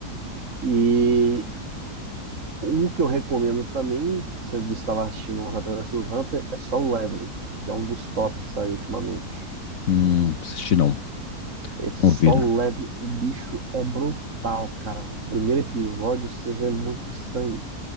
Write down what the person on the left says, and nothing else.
hum, assisti não.
Não
vira.